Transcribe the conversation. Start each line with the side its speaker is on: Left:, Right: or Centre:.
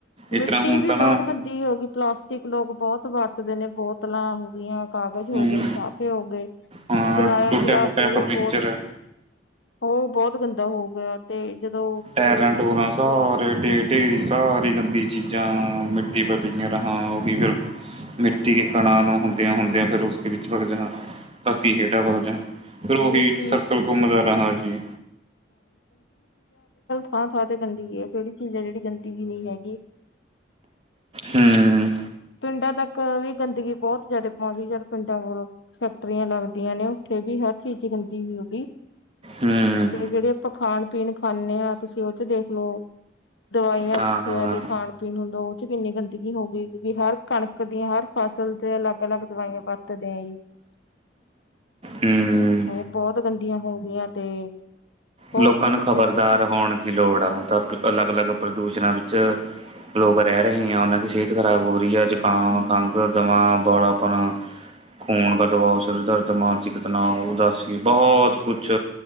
Right: ਇਸ
Left: ਮਿੱਟੀ
Right: ਤਰ੍ਹਾਂ ਹੁਣ
Left: ਵੀ
Right: ਤਾਂ ਨਾ
Left: ਬਹੁਤ ਗੰਦੀ ਹੋ ਗਈ ਪਲਾਸਟਿਕ ਲੋਕ ਬਹੁਤ ਵਰ, ਦੇ ਨੇ ਬੋਤਲਾਂ ਹੋਗੀਆਂ। ਕਾਗਜ਼ ਹੋ
Right: ਹਮ
Left: ਗਏ, ਲਿਫਾਫੇ ਹੋ ਗਏ,
Right: ਹਾਂ
Left: ਜਲਾਇਆ
Right: ਟੁੱਟਿਆ
Left: ਜਲਾ
Right: ਫੁੱਟਿਆ
Left: ਕੇ ਉਹ
Right: ਫਰਨੀਚਰ
Left: ਬਹੁਤ, ਉਹ ਬਹੁਤ ਬਹੁਤ ਗੰਦਾ ਹੋ ਗਿਆ, ਤੇ ਜਦੋਂ
Right: ਟੈਰਾਂ ਟੁਰਾਂ ਸਾਰੇ, ਢੇਰ ਢੇਰੀ ਸਾਰੀ ਗੰਦੀ ਚੀਜ਼ਾਂ, ਮਿੱਟੀ ਪਰ ਪਈਆਂ ਰਹਾਂ, ਉਹੀ ਫਿਰ ਮਿੱਟੀ ਕੇ ਕਣਾਂ ਨੂੰ ਹੁੰਦਿਆਂ-ਹੁੰਦਿਆਂ ਫਿਰ ਉਸਦੇ ਵਿੱਚ ਭਗ ਜਾ ਧਰਤੀ ਕੇ ਹੇਠਾਂ ਭਗ ਜਾ, ਫੇਰ
Left: ਹਾਂ
Right: ਓਹੀ
Left: ਮਿੱਟੀ
Right: ਸਰਕਲ ਘੁੰਮਦਾ ਰਹਾ। ਜੀ,
Left: ਥਾਂ-ਥਾਂ ਤੇ ਗੰਦਗੀ ਏ, ਕਿਹੜੀ ਚੀਜ਼ ਹੈ ਜਿਹੜੀ ਗੰਦਗੀ ਨੀ ਹੈਗੀ।
Right: ਹੂੰ,
Left: ਪਿੰਡਾਂ ਤੱਕ ਵੀ ਗੰਦਗੀ ਬਹੁਤ ਜਿਆਦਾ ਭਾ ਜਦ ਪਿੰਡਾਂ ਕੋਲੋਂ ਫੈਕਟਰੀਆਂ ਲੱਗਦੀਆਂ ਨੇ ਉੱਥੇ ਵੀ ਹਰ ਚੀਜ਼ ਗੰਦੀ ਹੋ ਹੋਗੀ।
Right: ਹੂੰ
Left: ਤੇ ਜਿਹੜੇ ਪਖਾਣ ਪੀਣ ਖਾਦੇ ਹਾਂ ਤੁਸੀਂ ਉਸ ਚ ਦੇਖਲੋ, ਦਵਾਈਆਂ-ਬੂੱਟੀਆਂ
Right: ਹਾਂ
Left: ਦੇ ਖਾਣ ਪੀਣ ਹੁੰਦਾ ਕਿੰਨੇ ਗੰਦੇ ਹੋ ਗਈ, ਹਰ ਕਣਕ ਦੀਆਂ ਹਰ ਫਸਲ ਦੇ ਅਲੱਗ-ਅਲੱਗ ਦਵਾਈਆਂ ਪਾ ਓਹ ਤੇ ਹੈ ਹੀ,
Right: ਹੂੰ
Left: ਬਹੁਤ ਗੰ ਆਂ ਹੋ ਗਈਆਂ ਤੇ, ਹੋਰ
Right: ਲੋਕਾਂ
Left: ਵੀ
Right: ਨੂੰ
Left: ਤੁਸੀਂ
Right: ਖ਼ਬਰਦਾਰ ਹੋਣ ਕੀ ਲੋੜ ਆ ਹੁੰਣ ਤਾਂ ਅਲੱਗ- ਅਲੱਗ, ਪ੍ਰਦੂਸ਼ਣਾਂ ਵਿੱਚ ਲੋਕ ਰਹਿ ਰਹੇ ਆ, ਉਹਨਾਂ ਦੀ ਸਿਹਤ ਖਰਾਬ ਹੋ ਰਹੀ ਹੈ, ਅੱਜ ਤਾਵ
Left: ਹਮ
Right: ਕੰਤ ਦਮਾਮ, ਵਾਲਾ ਆਪਣਾ ਖੂਨ ਕਾ ਦਬਾਓ, ਸਿਰ ਦਰਦ, ਮਾਨਸਿਕ ਤਣਾਅ, ਉਦਾਸੀ ਬਹੁਤ ਕੁਛ,